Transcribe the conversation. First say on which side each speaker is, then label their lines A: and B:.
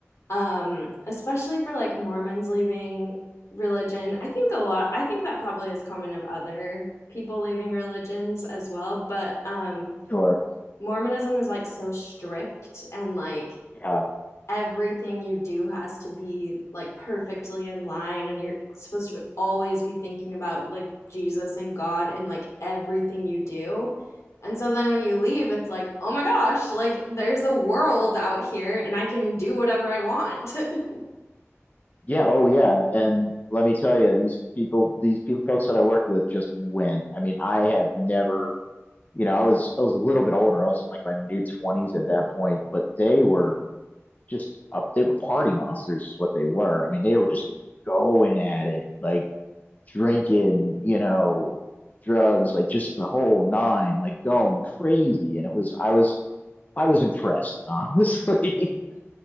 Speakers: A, on the left; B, on the left.
A: Um, especially for like Mormons leaving religion. I think a lot, I think that probably is common of other people leaving religions as well. But um,
B: sure,
A: Mormonism is like so strict and like
B: yeah.
A: everything you do has to be like perfectly in line and you're supposed to always be thinking about like Jesus and God and like everything you do. And so then when you leave it's like, "Oh my gosh, like there's a world out here and I can do whatever I want." <laughs>
B: Yeah, oh yeah. And let me tell you, these people, these people, folks that I worked with just went. I mean, I have never, you know, I was I was a little bit older. I was in like my mid twenties at that point, but they were just up, they were party monsters is what they were. I mean, they were just going at it, like drinking, you know, drugs, like just the whole nine, like going crazy. And it was I was I was impressed, honestly.